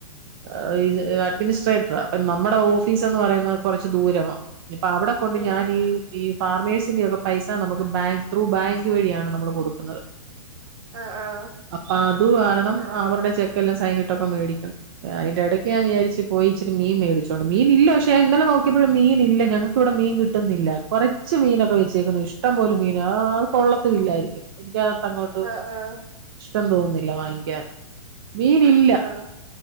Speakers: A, on the right (about 40°); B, on the right (about 65°).
A: ഏ അഡ്മിനിസ്ട്രേറ്ററ. അപ്പൊ നമ്മുടെ ഓഫീസ് എന്ന് പറയുന്നത് കൊറച്ച് ദൂരവ ഇഞ്ഞി പ്പൊ അവിടെ കൊണ്ട്ഞാനീ
B: ഏഹ്
A: ഈഹ് ഫാർമേഴ്സിന്റെറെ യൊക്കെ പൈസ നമുക്ക് ബാങ്ക് ത്രൂ ബാങ്ക് വഴിയാണ് നമ്മള് കൊടുക്കുന്നത്
B: അ ആഹ്
A: അപ്പൊ അതുകാരണം അവരുടെ ചെക്കെല്ലാം സൈനിട്ടൊക്കെ മേടിക്കണം ഏ അതിന്റെ ഇടയ്ക്ക്ഞാൻ വിചാരിച്ച് പോയി ഇച്ചിരി മീൻ മേടിച്ചോണ്ട് മീനില്ല പക്ഷേ ഇന്നലെ നോക്കിയപ്പോഴും മീൻ ഇല്ല ഞങ്ങ ക്ക് വിടെ മീൻ കിട്ടുന്നില്ല. കുറച്ച് മീനൊക്കെ വെച്ചേക്കുന്നു ഇഷ്ടംപോലും മീന ആ അത് കൊള്ളത്തു ഇല്ലായിരിക്കും എനിക്കകത്ത ങ്ങോട്ട്
B: ആഹ് ആഹ്
A: ഇഷ്ടം തോന്നുന്നില്ല വാങ്ങിക്കാൻ മീനില്ല
B: ആഹ്